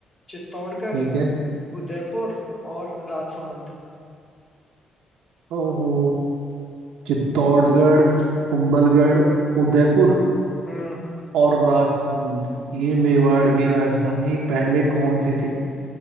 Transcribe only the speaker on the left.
चित्तौड़गढ़
उदयपुर और राजसमंद
हम्म